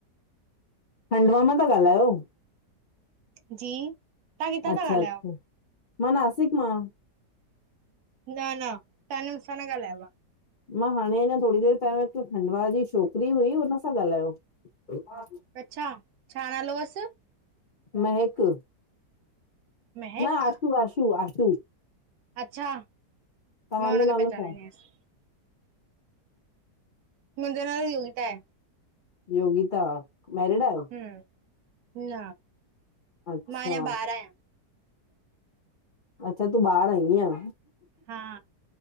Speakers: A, on the left (about 75°); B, on the right (about 70°).
A: खंडवा मां था ॻाल्हायो?
B: जी। तव्हां किथां
A: अच्छा-अच्छा,
B: था ॻाल्हायो?
A: मां नासिक मां।
B: न-न, तव्हां मूंसां न ॻाल्हायो आहे।
A: मां हाणे अञा थोरी देरि पहिरियों हिकु खंडवा जी छोकिरी हुई, हुन सां ॻाल्हायो। <inaudible>
B: अच्छा, छा नालो हुअसि?
A: मेहक,
B: महक,
A: न आशू-आशू-आशू
B: अच्छा,
A: तव्हांजो
B: मां हुनखे
A: नालो
B: पहचानंदी
A: छा आहे?
B: आहियास। मुंहिंजो नालो योगिता आहे।
A: योगिता, मैरिड आयो।
B: हम्म। न
A: अच्छा,
B: मां अञा ॿार आहियां।
A: अच्छा तूं बाहिर आई इअं।
B: हा,